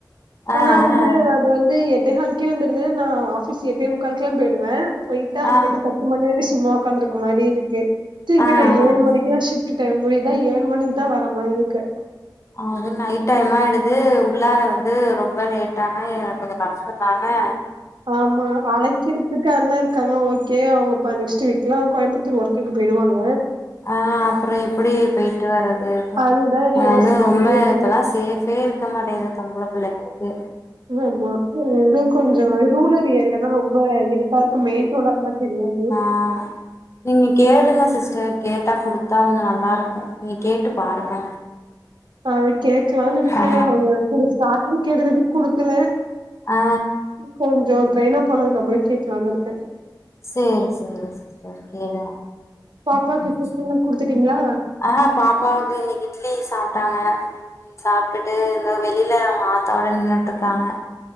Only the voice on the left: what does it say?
ஆ
ஆ
ஆ
ஆ ஆ
அது நைட் டைமாயிடுது உள்ளார வந்து ரொம்ப லேட்டானா எனக் கொஞ்ச கஷ்டோந்தானே
ஆ அப்றோ எப்டி போயிட்டு வர்றது
அத ரொம்ப
இப்பெல்லா சேஃப்பே இருக்க மாட்டேங்கது பொம்பள புள்ளைங்களுக்கு
ஆ நீங்க
கேளுங்க சிஸ்டர் கேட்டா குடுத்தா கொஞ்ச நல்லா இருக்கு நீங்க கேட்டு பாருங்க
ஆ
ஆ
சேரி சேரி சிஸ்டர் கேளுங்க
ம்
ஆ பாப்பாவுக்கு இன்னிக்கு இட்லி சாப்டாங்க சாப்ட்டுட்டு இந்தோ வெளியில அவுங்க ஆத்தாவோட நின்னுட்டு இருக்காங்க